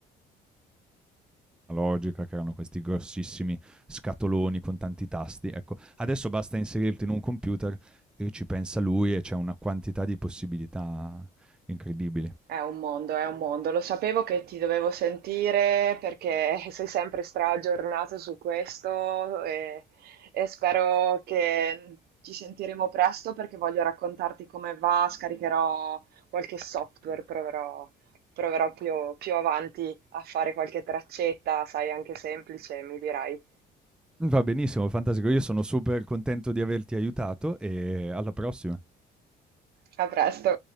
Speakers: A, in the centre; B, on the right.
A: analogica, che erano questi grossissimi scatoloni con tanti tasti. Ecco, adesso basta inserirti in un computer e ci pensa lui e c'è una quantità di possibilità incredibili.
B: È un mondo, è un mondo. Lo sapevo che ti dovevo sentire perché <laughs> sei sempre straaggiornato su questo e, e spero che ci sentiremo presto perché voglio raccontarti come va, scaricherò qualche software, proverò, proverò più, più avanti a fare qualche traccetta, sai, anche semplice, mi dirai.
A: Va benissimo, fantastico. Io sono super contento di averti aiutato e alla prossima.
B: A presto.